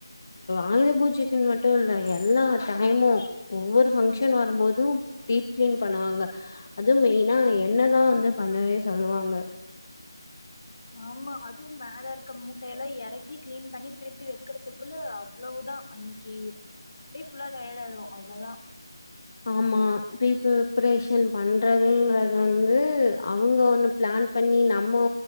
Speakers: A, on the left (about 40°); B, on the left (about 60°).
A: ஆயுத பூஜைக்குன்னு மட்டு இல்ல எல்லா டைமு ஒவ்வொரு பங்க்ஷன் வருபோது டீப் க்ளீன் பண்ணுவாங்க அது மெயினா என்னதா வந்து பண்ணவே சொல்லுவாங்க
B: ஆமா அது மேல இருக்க மூட்டையெல்லா இறக்கி க்ளீன் பண்ணி திருப்பி வெக்கறதுக்குள்ள அவ்ளோதா அன்னைக்கி அப்டியே ஃபுல்லா டயர்ட் ஆயிடுவோ அவளோதா
A: ஆமா பீ ப்ரேஷன் பண்றதுங்கறத வந்து அவங்க ஒண்ணு பிளான் பண்ணி நம்மோ